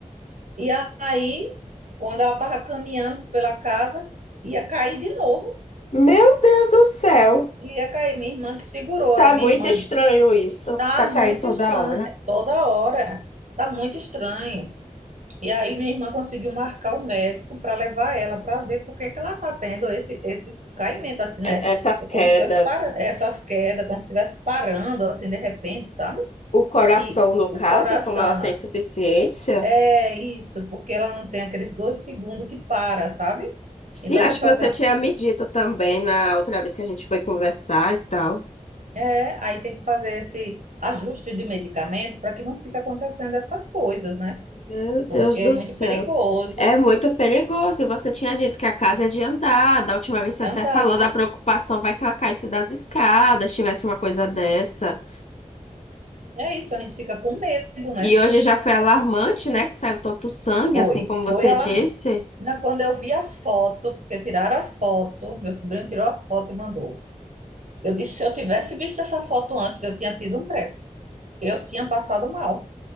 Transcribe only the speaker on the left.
Meu Deus do céu.
Tá
muito
estranho isso.
Ficar
caindo toda
hora.
E- Essas
quedas.
O coração,
no
caso,
como ela tem insuficiência.
Sim,
acho
que
você tinha me dito também na outra vez que a gente foi conversar e tal.
Meu Deus
do
céu.
É muito perigoso. E Você tinha dito que a casa é de andar. Da última vez você até
falou da preocupação, vai que ela caísse das escadas, tivesse uma coisa dessa.
E hoje já foi alarmante, né? Que saiu tanto sangue,
assim como
você
disse.